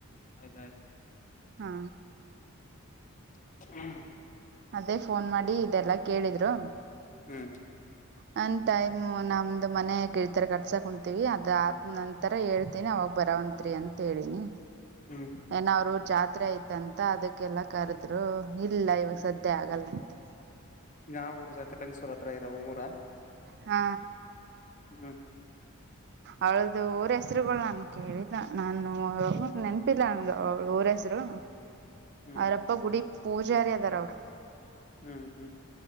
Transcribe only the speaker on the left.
ಆಯ್ತ ಆಯ್ತ.
<unintelligible>
ಹ್ಮ್.
ಹ್ಮ್
ಹ್ಮ್
ಯಾವ ಊರ ಜೊತೆ ಲಿಂಗಸುರ ಹತ್ರ ಇರೊ ಊರ.
ಹ್ಞ.
ಹ್ಮ್
ಹ್ಞ ಹ್ಮಞ